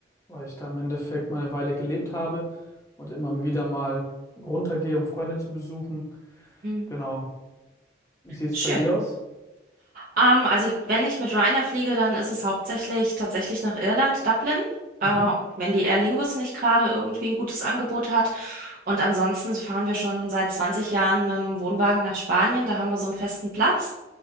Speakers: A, on the left; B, on the right.
A: weil ich da im Endeffekt mal eine Weile gelebt habe und immer wieder mal runtergehe, um Freunde zu besuchen.
B: Hm.
A: Genau. Wie sieht es
B: Schön.
A: bei dir aus?
B: Ähm, also wenn ich mit Ryanair fliege, dann ist es hauptsächlich tatsächlich nach Irland, Dublin. Äh,
A: Mhm.
B: wenn die Aer Lingus nicht gerade irgendwie ein gutes Angebot hat. Und ansonsten fahren wir schon seit 20 Jahren mit dem Wohnwagen nach Spanien. Da haben wir so einen festen Platz.